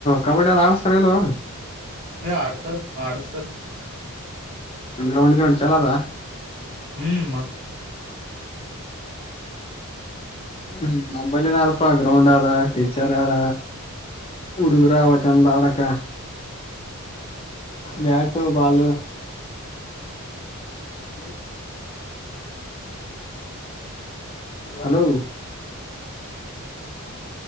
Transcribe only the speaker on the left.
ಕಬಡ್ಡಿ ಅದ ಆಡಿಸತಾರಿಲೊ
ಗ್ರೌಂಡ್ ಗೀಂಡ್ ಚಲೊದಾ?
ಹ್ಮ್ ನಂಬಲ್ಲಿನ ಅರಪ್ಪ ಗ್ರೌಂಡ್ ಅದ ಟೀಚರ್ ಆರ. ಹಡುಗ್ರ ಅವ ಚಂದ ಆಡಕ bat ball hello hello